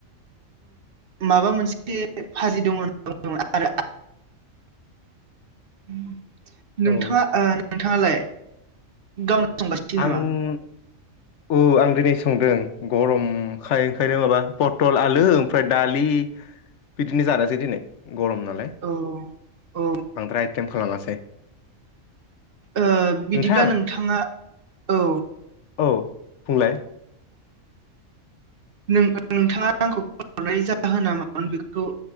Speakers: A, on the right; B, on the left.
A: माबा मोनसे फाजि दङ। नोंथाङा <unintelligible> नोंथां
B: औ
A: आलाय गावनो संगासिनो
B: आं
A: नामा।
B: औ आं दिनै संदों गरमखाय ओंखायनो माबा पथल आलु ओमफ्राय दालि। बिदिनो जानोसै दिनै। गर'म नालाय
A: औ औ
B: बांद्राय आइटेम खालामाखै।
A: ओ बिदिब्ला
B: नोंथां
A: नोंथाङा औ।
B: औ बुंलाय।
A: नों नोंथाङा आंखौ फ'न हरनायनि जाहोनना मामोन बेखौ।